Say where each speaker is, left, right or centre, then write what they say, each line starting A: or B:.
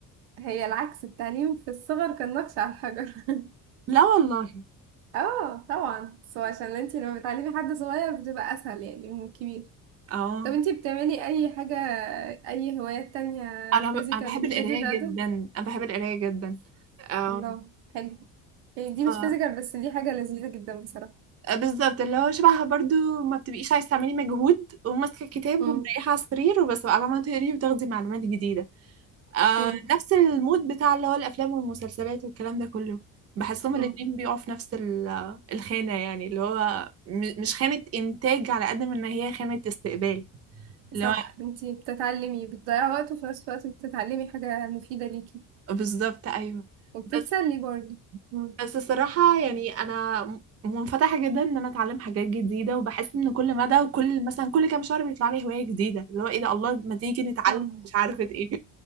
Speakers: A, on the right; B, on the right.
A: هي العكس التعليم في الصغر كان نقش على الحجر <laughs>
B: لا والله
A: اه طبعا بس هو عشان انتي لما بتعلمي حد صغير بتبقى اسهل يعني من الكبير
B: اه
A: طب انتي بتعملي اي حاجه اي هوايات تانية
B: أنا ب...
A: فيزيكال
B: أنا بحب القراية
A: غير الرياضه
B: جدا أنا بحب القراية جدا اه
A: الله حلو يعني دي مش
B: اه
A: فيزيكال بس دي حاجه لذيذه جدا بصراحه
B: بالظبط اللي هو شبهها برضو ما بتبقيش عايزه تعملي مجهود وماسكه كتاب
A: امم
B: ومريحه على السرير وبس بقى عماله تقري وتاخدي معلومات جديده آه
A: امم
B: نفس المود بتاع اللي هو الافلام والمسلسلات والكلام ده كله بحسهم
A: امم
B: الاتنين بيقعوا في نفس ال- الخانه يعني اللي هو م- مش خانه انتاج على قد ما ان هي خانه استقبال اللي
A: صح
B: هو
A: انتي بتتعلمي بتضيعي وقت وفي نفس الوقت بتتعلمي حاجة مفيدة ليكي
B: بالظبط ايوه
A: وبتتسلي
B: بس
A: برضه مم.
B: بس الصراحة يعني أنا م- منفتحة جدا إن أنا أتعلم حاجات جديدة وبحس إن كل مدى وكل مثلا كل كام شهر بيطلع لي هواية جديدة اللي هو إيه ده الله ما تيجي نتعلم
A: اه
B: مش عارفة إيه